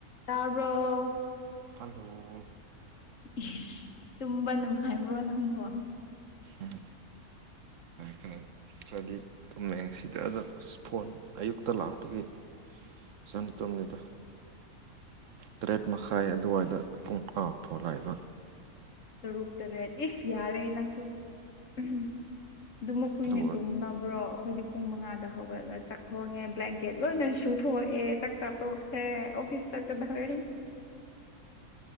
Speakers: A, on the left; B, on the right.
A: ꯇꯔꯕ
B: hello
A: ꯏꯁ ꯇꯨꯝꯕ ꯅꯨꯡꯉꯥꯏꯕ꯭ꯔꯣ ꯅꯪꯕ꯭ꯔꯣ
B: ꯎꯝ ꯈꯔ ꯈꯔꯗꯤ ꯇꯨꯝꯃꯦ ꯁꯤꯗ ꯑꯗ ꯑꯁ ꯐꯣꯟ ꯑꯌꯨꯛꯇ ꯂꯥꯛꯄꯒꯤ ꯁꯟ ꯇꯣꯝꯉꯗ ꯇꯔꯦꯠ ꯃꯈꯥꯏ ꯑꯗꯨꯋꯥꯏꯗ ꯄꯨꯡ ꯑꯃꯐꯥꯎꯂꯥꯏꯕ
A: ꯇꯔꯨꯛ ꯇꯔꯦꯠ ꯏꯁ ꯌꯥꯔꯦ ꯅꯪꯁꯨ ꯎꯝ ꯑꯗꯨꯃꯛ ꯀꯨꯏꯅꯦ
B: ꯑꯗꯨꯒ
A: ꯇꯨꯝꯅꯕ꯭ꯔꯣ ꯑꯩꯈꯣꯏꯗꯤ ꯄꯨꯡ ꯃꯉꯥꯗ ꯍꯧꯒꯠꯂꯒ ꯆꯥꯛ ꯊꯣꯡꯉꯦ ꯕ꯭ꯂꯥꯟꯀꯦꯠ ꯂꯣꯏꯅ ꯁꯨꯊꯣꯛꯑꯦ ꯆꯥꯛ ꯆꯥꯊꯣꯛꯈ꯭ꯔꯦ ꯑꯣꯐꯤꯁꯇ ꯗꯔ